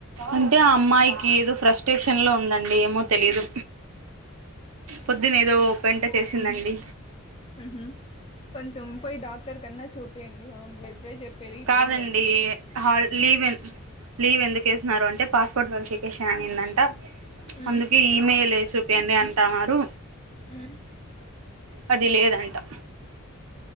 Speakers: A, on the right (about 80°); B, on the left (about 30°).
A: అంటే అమ్మాయి కిదో ఫ్రస్ట్రేషన్ లో ఉందండి ఏమో తెలిదు పొద్దునేదో పెంట చేసిందండి
B: ఉమ్ హు కొంచెం పొయి డాక్టర్ కన్నా చూపియండి పాపం బ్లడ్ ప్రెషర్ పెరిగిపోయిందేమో
A: కాదండి హాల్
B: హ్మ్
A: లీవ్ లీవ్ ఎందుకు ఏసినారు అంటే పాస్పోర్ట్ వెరిఫికేషన్ అనిందంట
B: హ్మ్
A: అందుకు ఈ ఈమెయిలేది సుపియండి అంటన్నారు
B: ఉమ్
A: అది లేదంటా